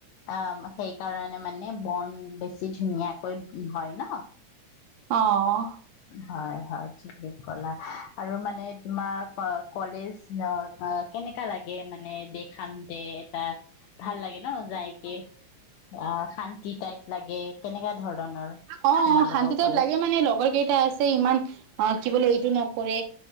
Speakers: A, on the left (about 75°); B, on the right (about 80°).
A: অ সেই কাৰণে মানে বন বেছি ধুনীয়াকৈ হয় ন।
B: অ'
A: হয় হয় ঠিকে কলা। আৰু মানে তোমাৰ কলেজ- ধ অ কেনেকা লাগে মানে দেখাম যে এটা- ভাল লাগে ন যাইকে? অ শান্তি টাইপ- লাগে কেনেকা ধৰণৰ
B: অ
A: তোমালোকৰ
B: শান্তি টাইপ
A: কলেজ?
B: লাগে মানে লগৰকেই- টা আছে ইমান অ কি বোলে এইটো নকৰে